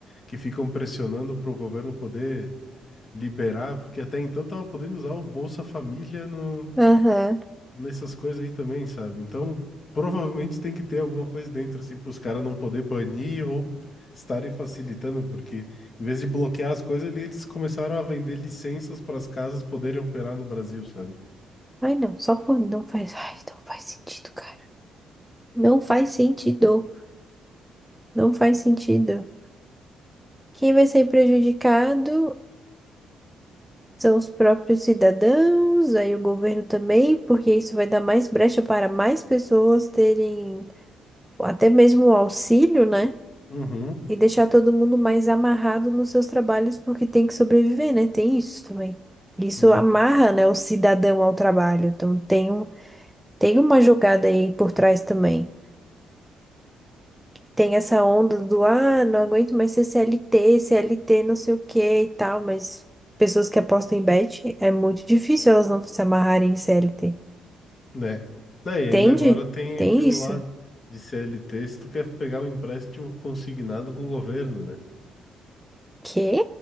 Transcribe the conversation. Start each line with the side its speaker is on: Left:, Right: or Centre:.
Left: que ficam pressionando pro governo poder liberar, porque até então tava podendo usar o Bolsa Família no
Centre: Aham.
Left: nessas coisas aí também, sabe? Então, provavelmente tem que ter alguma coisa dentro, assim, para os caras não poder banir ou estarem facilitando, porque em vez de bloquear as coisas ali, eles começaram a vender licenças para as casas poderem operar no Brasil, sabe?
Centre: Ai, não, só por não faz, ai, não faz sentido, cara. Não faz sentido. Não faz sentido. Quem vai sair prejudicado são os próprios cidadãos, aí o governo também, porque isso vai dar mais brecha para mais pessoas terem até mesmo o auxílio, né?
Left: Uhum,
Centre: E deixar todo mundo mais amarrado nos seus trabalhos porque tem que sobreviver, né? Tem isso também. Isso
Left: também.
Centre: amarra, né, o cidadão ao trabalho. Então tem um, tem uma jogada aí por trás também. Tem essa onda do, ah, não aguento mais ser CLT, CLT não sei o que e tal, mas pessoas que apostam em bet, é muito difícil elas não se amarrarem em CLT.
Left: Né? Daí
Centre: Entende?
Left: ainda agora tem
Centre: Tem
Left: aquilo
Centre: isso.
Left: lá de CLT, se tu quer pegar um empréstimo consignado com o governo, né?
Centre: Quê?